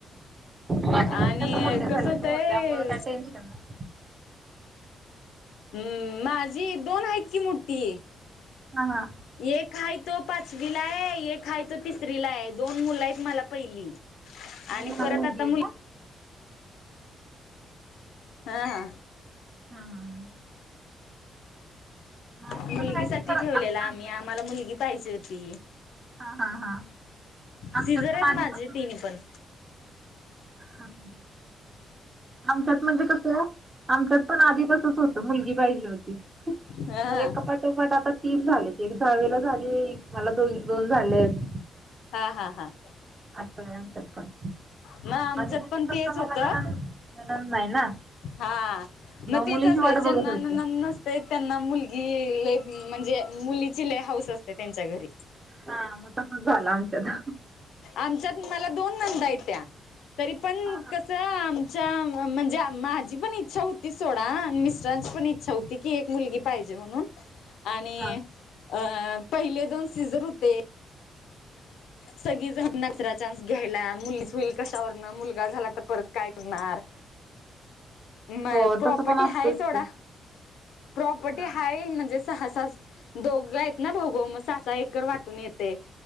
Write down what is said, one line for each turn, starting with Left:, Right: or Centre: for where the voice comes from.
Right: माझ्या
Left: आणि
Right: मुली आता मोठ्या
Left: कसं
Right: झाल्यात
Left: होतंय
Right: हो त्यामुळं काय टेन्शन नाय
Left: हम्म माझी दोन हायत कि मुठ्ठी
Right: हा हा
Left: एक हाय तो पाचवीला हाय एक हाय तो तिसरीला हाय, दोन मुलं आहेत मला पहिली आणि
Right: लहान
Left: परत
Right: मुलगी
Left: आता
Right: आहे
Left: मुल
Right: का?
Left: ह हा
Right: हा हा हा माझी
Left: मुलगी
Right: पण आहे
Left: साठी
Right: खरं
Left: ठेवलेलं
Right: आत्ता
Left: आम्ही आम्हाला मुलगी पाहिजे होती
Right: हा हा हा आमच्यात
Left: सिझर
Right: पण
Left: आहेत
Right: आधी
Left: माझी
Right: तसंच
Left: तिन्हीपण
Right: हा हा हा आमच्यात म्हणजे कसं आमच्यात पण आधी तसंच होतं मुलगी पाहिजे होती.
Left: हा
Right: मग एका पाटोपाट आता तीन झालेत, एक जावेला झाली मला दोन दोन झालेत.
Left: हा हा हा
Right: असंय आमच्यात पण
Left: मग आमच्यात
Right: आधी म्हणजे
Left: पण
Right: कसं
Left: तेच
Right: मला
Left: होतं
Right: नणंद नणंद नाही ना
Left: हा मग तेच
Right: मुलीची
Left: असयं
Right: वाट
Left: ज्यांना
Right: बघत होते.
Left: नणंद नस ते त्यांना मुलगी लय म्हणजे मुलीची लय हाऊस असत्या त्यांच्या घरी.
Right: हा मग तसंच झालं आमच्यात.
Left: आमच्यात मला दोन नंदा आयत्या तरी पण
Right: हा हा
Left: कसं आम च्या म्हणजे आप माझी पण इच्छा हुती सोडा आणि मिस्टरांची पण इच्छा हुती की एक मुलगी पाहिजे म्हणून. आणि
Right: हा.
Left: अ पहिले दोन सीझर हुते. सगळीच नाचरा चान्स घ्यायला, मुलीच होईल कशावरनं, मुलगा झाला तर परत, काय करणार? <inaudible> म
Right: हो
Left: प्रॉपर्टी
Right: तसं पण असतंच
Left: हाय सोडा,
Right: की.
Left: प्रॉपर्टी
Right: हा
Left: हाय म्हणजे आ सहा, दोघ येत ना भाऊ- भाऊ, म साह -साह एकर वाटून येतंय.